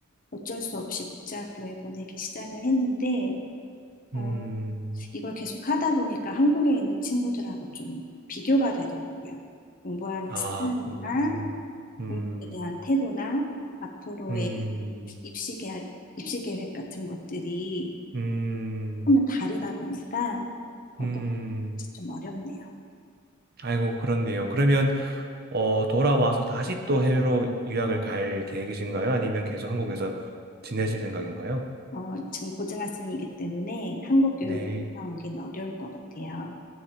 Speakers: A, on the left; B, on the right.
A: 어쩔 수 없이 국제학교에 보내기 시작을 했는데, 어,
B: 음,
A: 이걸 계속 하다 보니까 한국에 있는 친구들하고 좀 비교가 되더라고요. 공부하는
B: 아,
A: 스타일이나
B: 그렇군요. 음,
A: 공부에 대한 태도나 앞으로의
B: 음,
A: 이- 입시 계획, 입시 계획 같은 것들이
B: 음.
A: 조금은 다르다 보니까 어떻게
B: 음,
A: 좀 어렵네요.
B: 아이고, 그렇네요. 그러면, 어, 돌아와서 다시 또 해외로 유학을 갈 계획이신가요? 아니면 계속 한국에서 지내실 생각인가요?
A: 어, 지금 고등학생이기 때문에 한국 교육을
B: 네,
A: 나오긴 어려울 것 같아요.